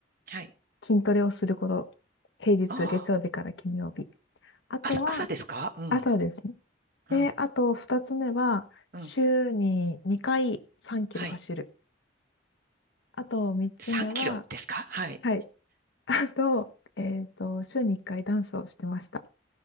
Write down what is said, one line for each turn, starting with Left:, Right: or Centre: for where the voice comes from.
Right: はい。
Left: 筋トレをすること。平日、
Right: あ
Left: 月曜日から金曜日。あとは
Right: あ、朝、朝ですかうん。
Left: 朝ですね。で、
Right: うん。
Left: あと2つ目は、
Right: うん。
Left: 週に2回3キロ走る。
Right: はい。
Left: あと3つ目は、
Right: 3キロですかはい。
Left: はい。<laughs> あと、えっと、週に1回ダンスをしてました。